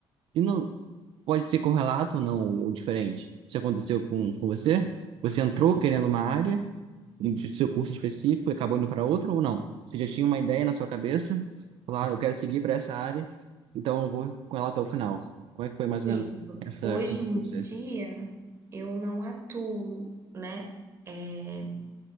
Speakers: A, on the right; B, on the right.
A: que não pode ser correlato ou não, ou diferente. Isso aconteceu com, com você? Você entrou querendo uma área. do seu curso específico e acabou indo para outra ou não? Você já tinha uma ideia na sua cabeça? Falar, "Ah, eu quero seguir para essa área, então eu vou com ela até o final. Como é que foi mais
B: isso.
A: ou menos essa
B: Hoje em
A: coisa?
B: dia, eu não atuo, né, é,